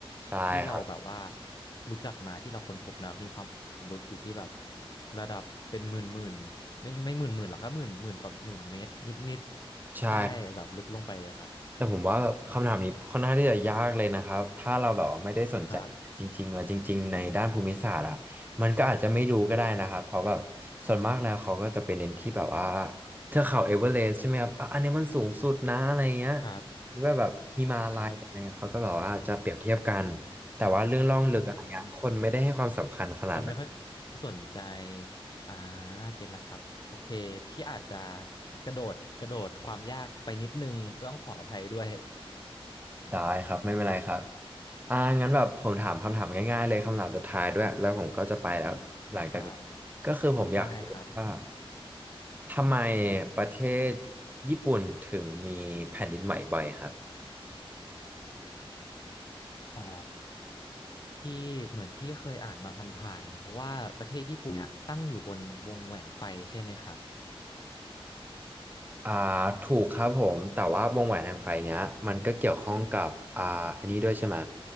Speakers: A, on the right (about 20°); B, on the left (about 45°).
A: ใช่ครับ
B: ที่เราแบบว่ารู้จักมาที่เราค้นพบนะมีความลึกอยู่ที่แบบระดับเป็นหมื่นหมื่นไม่ไม่หมื่นหมื่นหรอกก็หมื่นหมื่นกว่าหมื่นเมตรนิดนิด
A: ใช่
B: ใต้แบบลึกลงไปเลยครับ
A: แต่ผมว่าแบบคำถามนี้ค่อนข้างที่จะยากเลยนะครับถ้าเราแบบว่าไม่ได้สนใจจริงๆว่าจริงๆในด้านภูมิศาสตร์อ่ะมันก็อาจจะไม่รู้ก็ได้นะครับเพราะแบบส่วนมากแล้วเขาก็จะเป็นเน้นที่แบบว่า
B: ครับ
A: เทือกเขาเอเวอเรสต์ใช่ไหมครับอ่ะอันนี้มันสูงสุดนะอะไรเงี้ย
B: ครับ
A: หรือว่าแบบฮิมาลัยอะไรเงี้ยเขาก็แบบว่าจะเปรียบเทียบกัน
B: ครับ
A: แต่ว่าเรื่องล่องลึกอะไรเงี้ยคนไม่ได้ให้ความสำคัญขนาดนั้น
B: อืมคนไม่ค่อยสนใจอ่าเก็ตละครับโอเคพี่อาจจะกระโดดกระโดดความยากไปนิดนึงก็ต้องขออภัยด้วย
A: ได้ครับไม่เป็นไรครับอ่างั้นแบบผมถามคำถามง่ายๆเลยคำถามสุดท้ายด้วยแล้วผมก็จะไปแล้วหลังจากนี้
B: ครับ
A: ก็คือผมอยากรู้ว่า
B: ได้ครับ
A: ทำไมประเทศญี่ปุ่นถึงมีแผ่นดินไหวบ่อยครับ
B: อ๋อพี่เหมือนพี่เคยอ่านมาผ่านๆเพราะว่าประเทศญี่ปุ่นเนี่ยตั้งอยู่บนวงแหวนไฟใช่ไหมครับ
A: อ่าถูกครับผมแต่ว่าวงแหวนแห่งไฟเนี้ยมันก็เกี่ยวข้องกับอ่าอันนี้ด้วยใช่ไหม